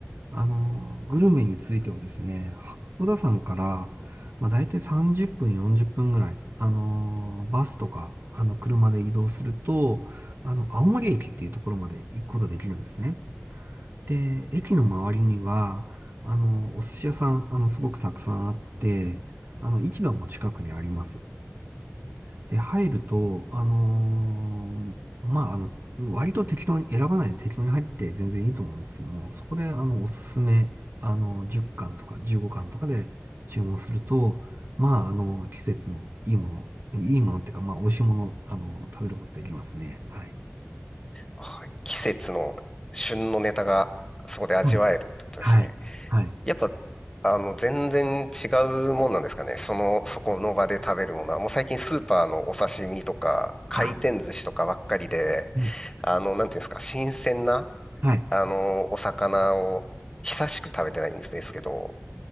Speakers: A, on the right; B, on the left.
A: あの、グルメについてはですね、小田さんから、まあ、大体30分、40分ぐらい、あの、バスとか、あの、車で移動すると、あの、青森駅っていうところまで行くことができるんですね。で、駅の周りには、あの、お寿司屋さん、あの、すごくたくさんあって、あの、市場も近くにあります。で、入ると、あのーまあ、あの、割と適当に、選ばないで適当に入って全然いいと思うんですけども、そこで、あの、おすすめ、あの、10貫とか15貫とかで注文すると、まあ、あの、季節のいいもの、いいものっていうか、まあ、美味しいもの、あの、食べることできますね。はい。
B: はい、季節の旬のネタがそこで味わえるってことですね。
A: そうですはい。はい。
B: やっぱ、あの、全然違うもんなんですかね。その、そこの場で食べるものは、もう最近スーパーのお刺身とか、回転寿司とかばっかりで、
A: あ、うん
B: あの、なんていうんですか、新鮮な、
A: はい。
B: あの、お魚を久しく食べてないんですけど、